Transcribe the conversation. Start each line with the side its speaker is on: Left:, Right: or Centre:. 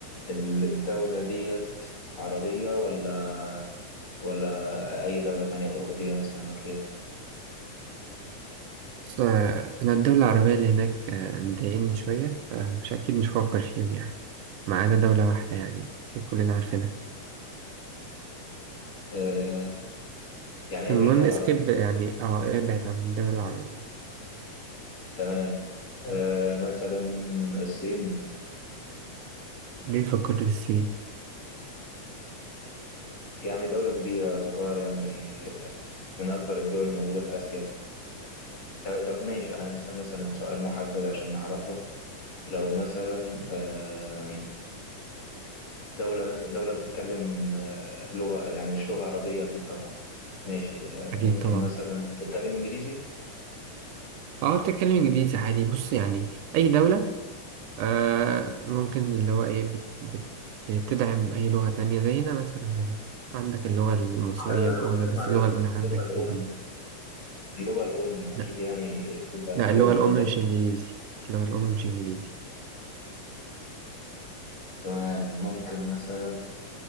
Left: الدولة ديت عربية ولا ولا على أي دولة تانية أوروبية مثلا أو كده
Right: بص آه، أنا الدولة العربية اللي هناك آه، مضايقني شوية فمش أكيد مش هفكر فيهم يعني ما عدا دولة واحدة يعني في كلنا عارفينها
Left: آه يعني
Right: فالمهم
Left: هي مش دولة
Right: اسكيب
Left: عربية
Right: يعني اه ابعد عن الدول العربية
Left: تمام آه مثلا الصين
Right: ليه فكرت في الصين؟
Left: يعني دولة كبيرة تعتبر يعني من أكبر الدول الموجودة في آسيا طب طب ماشي أنا نسأل مثلا سؤال محدد عشان نعرفه لو مثلا آه دولة مثلا دولة بتتكلم آه، لغة يعني مش لغة عربية أكيد طبعا ماشي آه
Right: أكيد
Left: ممكن
Right: طبعا
Left: مثلا تتكلم إنجليزي
Right: اه بتتكلم إنجليزي عادي بص يعني أي دولة آه ممكن اللي هو ايه بت بت بتدعم اي لغة تانية زينا مثلا هنا انت عندك اللغة المصرية
Left: أيوة
Right: الأم
Left: أنا بتكلم
Right: بس
Left: على
Right: اللغة
Left: اللغة
Right: الأولى عندك
Left: الأم
Right: إنجليزي
Left: اللغة الأم أكيد
Right: لا
Left: يعني بتبقى
Right: لا
Left: حاجة
Right: اللغة
Left: محددة
Right: الأم مش إنجليزي اللغة الأم مش إنجليزي
Left: تمام ممكن مثلا